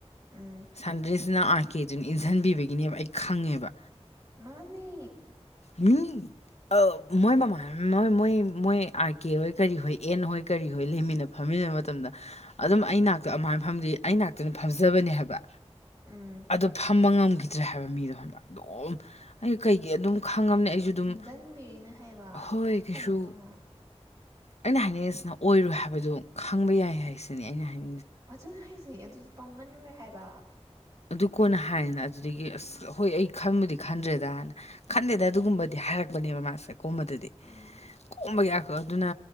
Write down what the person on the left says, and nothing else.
ꯁꯟꯗ꯭ꯔꯤꯁ ꯁꯤꯅ ꯑꯥꯔ ꯀꯦꯗꯨꯅ ꯏꯟꯖꯤꯟꯕꯤꯕꯒꯤꯅꯦꯕ ꯑꯩ ꯈꯪꯉꯦꯕ
ꯃꯤ ꯑꯥ ꯃꯣꯏ ꯃꯣꯏ ꯃꯣꯏ ꯑꯥꯔ ꯀꯦ ꯍꯣꯏ ꯀꯔꯤ ꯍꯣꯏ ꯑꯦꯟ ꯍꯣꯏ ꯀꯔꯤ ꯍꯣꯏ ꯂꯩꯃꯤꯟꯅꯕ ꯐꯝꯃꯤꯟꯅꯕ ꯃꯇꯝꯗ ꯑꯗꯨꯝ ꯑꯩ ꯅꯥꯛꯇ ꯑꯗꯨꯃꯥꯏꯅ ꯐꯝꯗꯤ ꯑꯩ ꯅꯥꯛꯇ ꯑꯗꯨꯝ ꯐꯝꯖꯕꯅꯦ ꯍꯥꯏꯕ
ꯑꯗꯨ ꯐꯝꯕ ꯉꯝ ꯈꯤꯗ꯭ꯔꯦ ꯍꯥꯏꯕ ꯃꯤꯗꯣ ꯍꯥꯏꯕ ꯑꯗꯨꯝ ꯑꯩ ꯀꯩꯒꯤ ꯑꯗꯨꯝ ꯈꯪꯉꯕꯅꯦ ꯑꯩꯁꯨ ꯑꯗꯨꯝ
ꯍꯣꯏ
ꯀꯩꯁꯨ ꯑꯩꯅ ꯍꯥꯏꯅꯤꯡꯉꯤꯁꯤꯅ ꯑꯣꯏꯔꯣꯏ ꯍꯥꯏꯕꯗꯨ ꯈꯪꯕ ꯌꯥꯏ ꯍꯥꯏꯁꯤꯅꯤ ꯑꯩꯅ ꯍꯥꯏꯅꯤꯡ
ꯑꯗꯨ ꯀꯣꯟꯅ ꯍꯥꯏꯌꯦꯅ ꯑꯗꯨꯗꯒꯤ ꯑꯁ ꯍꯣꯏ ꯑꯩ ꯈꯟꯕꯨꯗꯤ ꯈꯟꯗ꯭ꯔꯦꯗꯅ ꯈꯟꯗꯦꯗ ꯑꯗꯨꯒꯨꯝꯕꯗꯤ ꯍꯥꯏꯔꯛꯄꯅꯦꯕ ꯃꯥꯁꯦ ꯑꯗꯨꯝꯕꯗꯗꯤ
ꯀꯣꯝꯕꯒꯤ ꯑꯗꯨꯅ